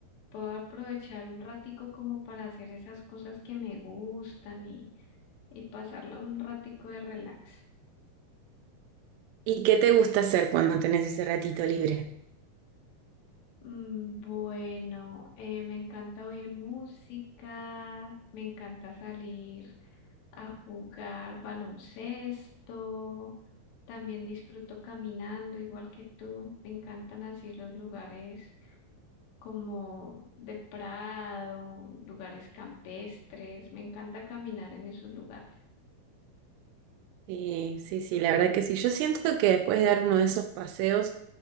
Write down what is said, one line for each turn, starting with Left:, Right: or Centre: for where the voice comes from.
Left: puedo aprovechar un ratico como para hacer esas cosas que me gustan y, y pasarla un ratico de relax.
Right: ¿Y qué te gusta hacer cuando tenés ese ratito libre?
Left: Mm, Bueno, eh, me encanta oír música, me encanta salir a jugar baloncesto. También disfruto caminando, igual que tú. Me encantan así los lugares como de prado, lugares campestres. Me encanta caminar en esos lugares.
Right: Sí, sí, sí, la verdad que sí. Yo siento que después de dar uno de esos paseos,